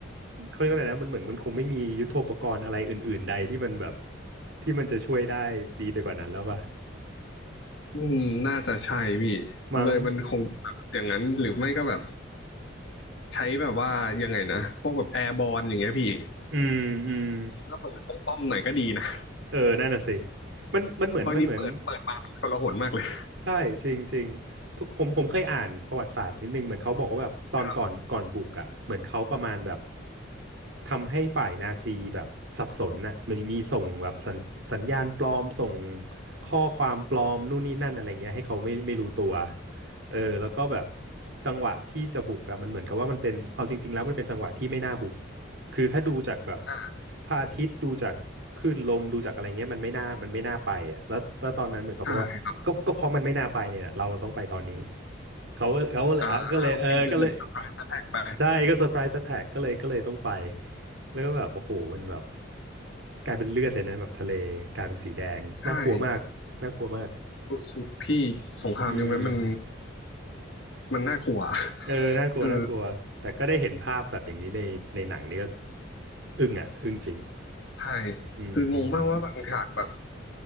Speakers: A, on the right (about 65°); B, on the left (about 65°).
A: เขาเรียกว่าอะไรนะมันเหมือนมันคงไม่มียุทโธปกรณ์อะไรอื่นๆใดที่มันแบบที่มันจะช่วยได้ดีไปกว่านั้นแล้วป่ะ
B: อืมน่าจะใช่พี่
A: มั้ง
B: เลยมันคงแบบอย่างนั้นหรือไม่ก็แบบใช้แบบว่ายังไงนะพวกแบบแอร์บอลอย่างเงี้ยพี่
A: อืมอืม
B: แล้วเปิดตรงป้อมหน่อยก็ดีนะ
A: เออนั่นน่ะสิมันมันเหมือนมันเหมือน
B: เพราะอันนี้เปิดเปิดมามันกลาหนมากเลย
A: ใช่จริงจริงผมผมผมเคยอ่านประวัติศาสตร์นิดนึงเหมือนเขาบอกว่าแบบตอนก่อนก่อนบุกอ่ะเหมือนเขาประมาณแบบ
B: ครับ
A: ทำให้ฝ่ายนาซีแบบสับสนน่ะเหมันมีส่งแบบสัญสัญญาณปลอมส่งข้อความปลอมนู่นนี่นั่นอะไรเงี้ยให้เขาไม่ไม่รู้ตัวเออแล้วก็แบบจังหวะที่จะบุกอ่ะมันเหมือนกับว่ามันเป็นเอาจริงๆแล้วมันเป็นจังหวะที่ไม่น่าบุก คือถ้าดูจากแบบ
B: อ่า
A: พระอาทิตย์ดูจากคลื่นลมดูจากอะไรเงี้ยมันไม่น่ามันไม่น่าไปอ่ะแล้วแล้วตอนนั้นเหมือนเขาบอกว่าก็ก็เพราะมันไม่น่าไปเนี่ยเราต้องไปตอนนี้
B: ใช่ครับ
A: เขาก็เขาก็เลยเอาก็เลยเออก็เลย
B: อ่าโอเคเป็นเหมือนเซอร์ไพรส์แทกไป
A: ใช่ก็เซอร์ไพรส์แท็กก็เลยก็เลยต้องไปแล้วก็แบบโอ้โหมันแบบกลายเป็นเลือดเลยนะแบบทะเลกลายเป็นสีแดงน่ากลัวมากน่ากลัวมาก
B: ใช่สุดสุดพี่สงครามยุคนั้นมัน
A: อืม
B: มันน่ากลัว
A: เออน่ากลัวน่ากลัวแต่ก็ได้เห็นภาพแบบอย่างนี้ในในหนังนี่ก็
B: เออ
A: อึ้งอ่ะอึ้งจริง
B: ใช่
A: อืมอืม
B: คืองงมากว่าบางฉากแบบ